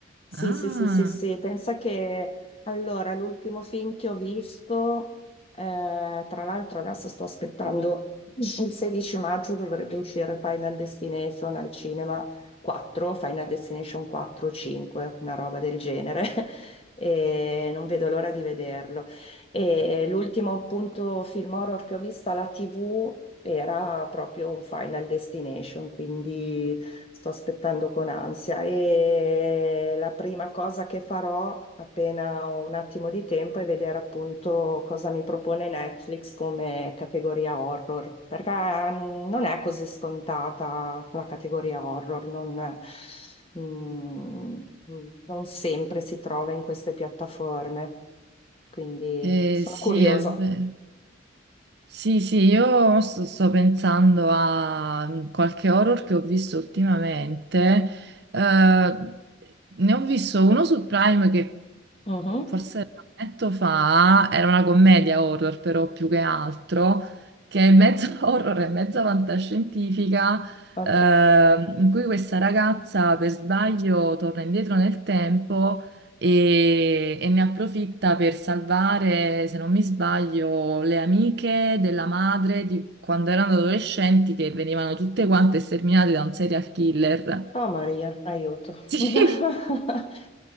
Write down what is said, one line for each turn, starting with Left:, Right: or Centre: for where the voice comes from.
Left: Sì,
Right: Ah,
Left: sì, sì, sì, sì, pensa che allora l'ultimo film che ho visto, eh, tra l'altro adesso sto aspettando il 16 maggio dovrebbe uscire Final Destination al cinema. 4, Final Destination 4 o 5, una roba del genere. <laughs> E non vedo l'ora di vederlo. E l'ultimo appunto film horror che ho visto alla TV era proprio un Final Destination, quindi Sto aspettando con ansia e la prima cosa che farò appena ho un attimo di tempo è vedere appunto cosa mi propone Netflix come categoria horror, perché mm, non è così scontata la categoria horror, non, mm, mm, non sempre si trova in queste piattaforme, quindi
Right: eh,
Left: sono
Right: sì,
Left: curiosa.
Right: è vero. Sì, sì, io sto, sto pensando a mm, qualche horror che ho visto ultimamente. Eh, ne ho visto uno su Prime che
Left: Mhm,
Right: forse un annetto fa era una commedia horror, però più che altro, che è mezzo <laughs> horror e mezza fantascientifica,
Left: Ok.
Right: eh, in cui questa ragazza per sbaglio torna indietro nel tempo e, e ne approfitta per salvare, se non mi sbaglio, le amiche della madre di quando erano adolescenti che venivano tutte quante sterminate da un serial killer.
Left: Oh Maria, aiuto.
Right: <laughs>
Left: <laughs>